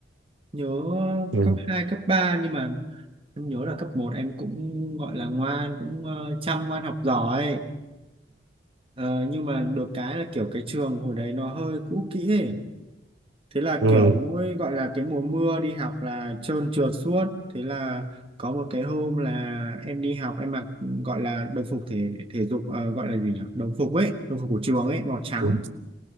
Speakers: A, on the right; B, on the right.
A: nhớ ờ,
B: Ừ.
A: cấp 2 cấp 3 nhưng mà em nhớ là cấp một em cũng gọi là ngoan cũng ờ, chăm ngoan học giỏi Ờ, nhưng mà được cái là kiểu cái trường hồi đấy nó hơi cũ kỹ ấy. Thế là
B: Ừ.
A: kiểu mỗi gọi là cái mùa mưa đi học là trơn trượt suốt. Thế là có một cái hôm là em đi học em mặc gọi là đồng phục thể thể dục ờ, gọi là gì nhỉ? Đồng phục ấy, đồng phục của trường ấy màu trắng.
B: Ừ.